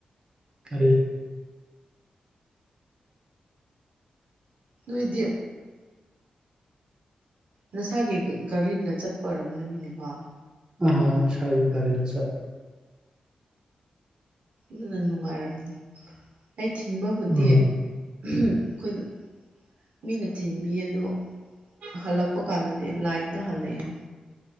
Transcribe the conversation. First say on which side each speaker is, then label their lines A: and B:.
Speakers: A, on the right; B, on the right.
A: ꯀꯔꯤ
B: ꯅꯣꯏꯗꯤ ꯅꯁꯥꯒꯤ ꯒꯥꯔꯤꯅ ꯆꯠꯄ ꯑꯣꯏꯔꯝꯒꯅꯤꯅꯦꯀꯣ
A: ꯑꯥ ꯁ ꯀꯂ ꯆꯔ
B: ꯑꯗꯨꯅ ꯅꯨꯡꯉꯥꯏꯔꯝꯅꯤ ꯑꯩ ꯊꯤꯟꯕꯕꯨꯗꯤ
A: ꯎꯝ
B: ꯑꯩꯈꯣꯏꯅ ꯃꯤꯅ ꯊꯤꯟꯕꯤ ꯑꯗꯣ ꯍꯜꯂꯛꯄ ꯀꯥꯟꯗꯗꯤ ꯂꯥꯏꯟꯗ ꯍꯜꯂꯛꯑꯦ